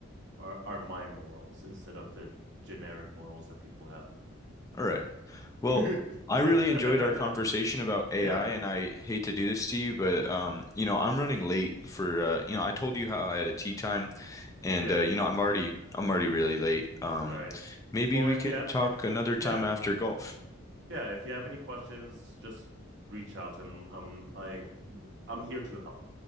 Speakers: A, on the right (about 60°); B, on the left (about 15°).
A: are are my morals instead of the generic morals that people have.
B: All right. Well,
A: <laughs>
B: I really enjoyed our conversation about AI,
A: Yeah.
B: and I hate to do this to you, but um, you know, I'm running late for uh, you know, I told you how I had a tea time, and
A: Yeah.
B: uh, you know, I'm already I'm already really late. Um,
A: All right.
B: maybe
A: Well,
B: we
A: if
B: can
A: you ha-
B: talk
A: if
B: another time
A: yeah,
B: after golf.
A: yeah, if you have any questions, just reach out and um I I'm here to help.